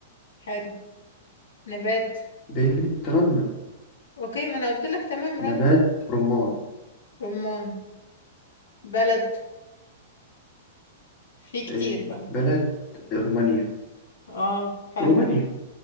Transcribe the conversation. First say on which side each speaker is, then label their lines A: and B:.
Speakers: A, on the left; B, on the left.
A: حلو نبات
B: بنت رندا
A: اوكي ما انا قلت لك تمام رند
B: نبات رمان
A: رمان بلد في كتير
B: آه،
A: بقى
B: بلد رومانيا
A: اه حلو
B: رومانيا